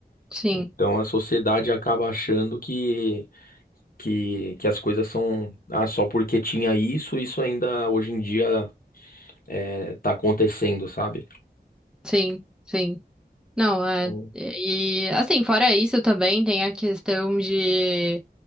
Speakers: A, in the centre; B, on the left.
A: Sim,
B: Então a sociedade acaba achando que, que, que as coisas são, ah, só porque tinha isso, isso ainda hoje em dia é, tá acontecendo, sabe?
A: sim, sim. Não, é.
B: Então,
A: E assim, fora isso também tem a questão de.